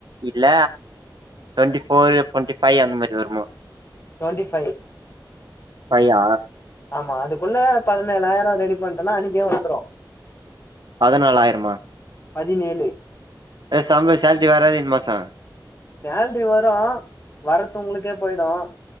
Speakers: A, on the right (about 65°); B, on the left (about 35°).
A: இல்ல டுவென்டி போர் டுவென்டி ஃபைவ் அந்த மாதிரி வருமா
B: டுவென்டி ஃபைவ்
A: பையா
B: ஆமாாம் அதுக்குள்ள அது அதுக்குள்ள பதினேழாயிரம் ரெடி பண்ணிட்டேனா அன்னைக்கே வந்துடும்
A: பதினாலாயிரமா
B: பதினேழு
A: பேசாம சாலரி வராதுன்ன இந்த மாசம்
B: சேல்ரி வரும் வரது உங்களுக்கே போயிடும்